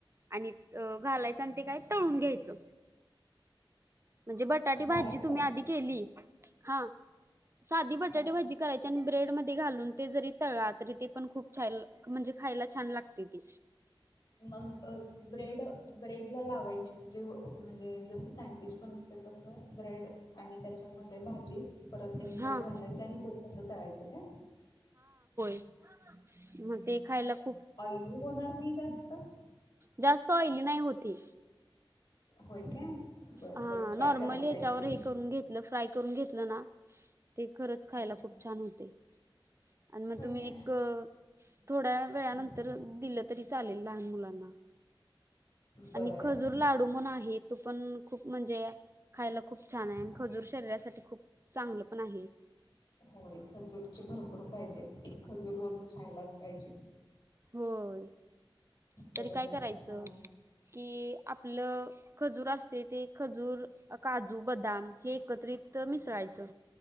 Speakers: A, on the right (about 30°); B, on the left (about 55°).
A: आणि घालायचं आणि ते काय तळून घ्यायचं. म्हणजे बटाटी भाजी
B: डायरेक्ट
A: तुम्ही आधी केली हा साधी बट
B: हा
A: बटाटे भाजी करायची आणि ब्रेड मध्ये घालून ते जरी तळां तरी ते पण खूप छान म्हणजे खायला छान लाग तेती
B: मग ब्रेड ब्रेड ला लावायची म्हणजे म्हणजे सँडविच बनवते तस ब्रेड आणि त्याच्यामध्ये भाजी परत एक ब्रेड
A: हा
B: घालायचा आणि त तसं तळायचं काय?
A: ह म ते खायला खू
B: ऑईली होणार नाही जास्त.
A: जास्त ऑईली नाही होतं हे.
B: होय काय. बरं,
A: हा
B: बरं ट्राय
A: नॉर्मली
B: करायला
A: ह्याच्यावर
B: पाहिजे गं.
A: हे करून घेतलं. फ्राय करून घेतलं ना ते खरंच खायला
B: हां,
A: खूप छान होतंय. आणि मग
B: होय
A: तुम्ही
B: काय?
A: एक. थोड्या वेळानंतर
B: हां, हां.
A: दिलं तरी चालेल लहान मुलांना.
B: बरं.
A: आणि खजूर लाडू म्हणू आहे, तो पण. खूप म्हणजे खायला खूप छान आहे,
B: हां.
A: आणि खजूर शरीरासाठी खूप चांगलं पण आहे.
B: होय खजूरचे भरपूर फायदे आहेत, एक खजूर रोज खायलाच पाहिजे.
A: होय
B: बरोबर
A: तरी काय करायचं.
B: आहे. हां.
A: की आपलं खजूर असते ते खजू, काजू, बदाम हे एकत्रित. त मिसळायचं